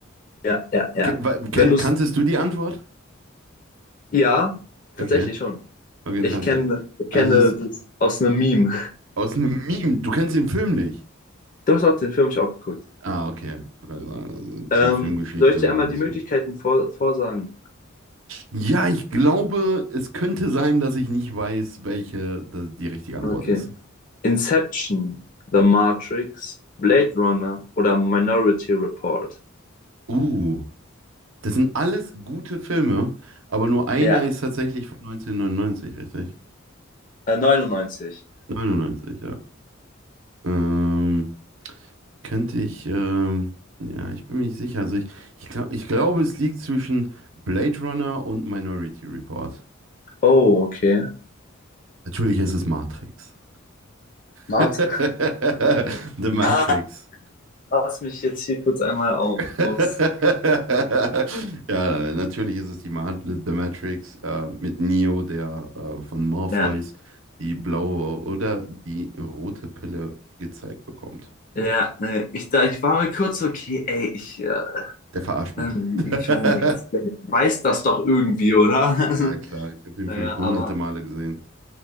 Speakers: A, on the left; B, on the right.
A: Ja, ja, ja.
B: Ke- wa- ken-
A: Wenn du es.
B: Kanntest du die Antwort?
A: Ja, tatsächlich
B: Okay,
A: schon.
B: okay,
A: Ich
B: du kannst
A: kenne,
B: ja.
A: ich kenne
B: Also es,
A: das aus einem Meme.
B: Aus einem Meme. Du kennst den Film nicht.
A: Du hast auch den Film ich auch geguckt.
B: Ah, okay. Ich wollte gerade sagen, also Ein bisschen
A: Ähm,
B: Filmgeschichte,
A: soll ich dir
B: noch
A: einmal
B: ein bisschen.
A: die Möglichkeiten vor, vorsagen?
B: Ja, ich glaube, es könnte sein, dass ich nicht weiß, welche da- die richtige Antwort
A: Okay.
B: ist.
A: Inception, The Matrix, Blade Runner oder Minority Report?
B: Uh, das sind alles gute Filme, aber nur einer
A: Ja,
B: ist tatsächlich von 1999, richtig?
A: äh, 99.
B: 99, ja. Ähm, könnte ich, ähm, ja, ich bin mir nicht sicher. Also ich, ich, glaub, ich glaube, es liegt zwischen Blade Runner und Minority Report.
A: Oh, okay.
B: Natürlich ist es Matrix.
A: Warte.
B: <laughs> The Matrix.
A: Ah, lass mich jetzt hier kurz einmal auf-
B: <laughs>
A: aufs.
B: ja, natürlich ist es die Ma The Matrix äh, mit Neo, der äh, von Morpheus
A: Ja,
B: die blaue oder die rote Pille gezeigt bekommt.
A: Ja, nee, ich, da, ich war mir kurz so, okay, ey, ich, äh,
B: Der verarscht mich.
A: ähm,
B: <laughs>
A: ich meine, der, der weiß das doch irgendwie, oder? <laughs>
B: Ja,
A: Also,
B: klar, ich habe den
A: naja,
B: Film hunderte
A: aber
B: Male gesehen.